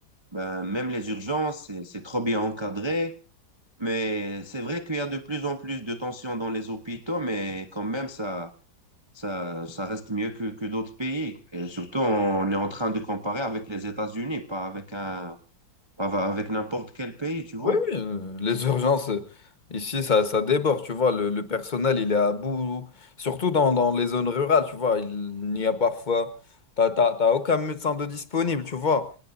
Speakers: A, on the right; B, on the left.
A: Ben, même les urgences, c'est c'est trop bien encadré. Mais c'est vrai qu'il y a de plus en plus de tensions dans les hôpitaux, mais quand même, ça, ça, ça reste mieux que, que d'autres pays. Et surtout, on est en train de comparer avec les États-Unis, pas avec un, pas va- avec n'importe quel pays, tu vois.
B: Oui, oui, euh, les <laughs> urgences, euh, ici, ça, ça déborde, tu vois, le, le personnel, il est à bout, surtout dans, dans les zones rurales, tu vois, il n'y a parfois, t'as, t'as, t'as aucun médecin de disponible, tu vois,